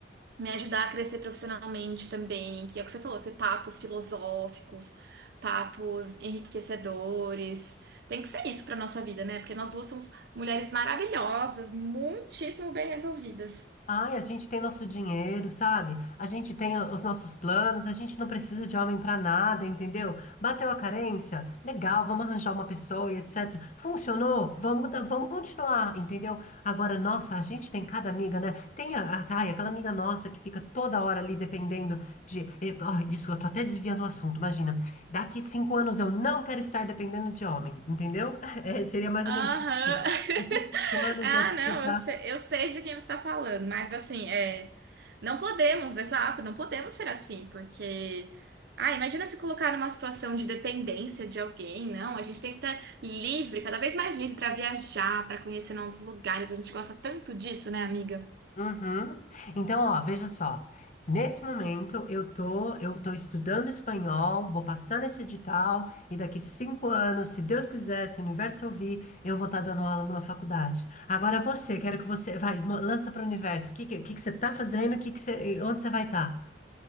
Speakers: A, on the right; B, on the left.
A: me ajudar a crescer profissionalmente também, que é o que você falou, ter papos filosóficos, papos enriquecedores. Tem que ser isso para nossa vida, né? Porque nós duas somos mulheres maravilhosas, muitíssimo bem resolvidas.
B: Ai, a gente tem nosso dinheiro, sabe? A gente tem o- os nossos planos, a gente não precisa de homem pra nada, entendeu? Bateu a carência? Legal, vamos arranjar uma pessoa e etc. Funcionou? Vamos, da- vamos continuar, entendeu? Agora, nossa, a gente tem cada amiga, né? Tem a, a- ai, aquela amiga nossa que fica toda hora ali dependendo de. eh, Ai, desculpa, eu tô até desviando o assunto, imagina. Daqui cinco anos eu não quero estar dependendo de homem, entendeu? <laughs> É, seria mais
A: Aham.
B: ou menos. isso.
A: <laughs>
B: Daqui cinco anos
A: Ah,
B: eu fico
A: não, eu sei, eu sei de quem você está falando, mas assim, é, não podemos, exato, não podemos ser assim, porque, ah, imagina se colocar numa situação de dependência de alguém, não, a gente tem que estar livre, cada vez mais livre para viajar, para conhecer novos lugares, a gente gosta tanto disso, né, amiga?
B: Uhum. Então, ó, veja só. Nesse momento, eu tô, eu tô estudando espanhol, vou passar nesse edital, e daqui cinco anos, se Deus quiser, se o universo ouvir, eu vou estar dando aula numa faculdade. Agora você, quero que você, vai, mo- lança para o universo. O que, que, que que você tá fazendo? Que que você, onde você vai estar?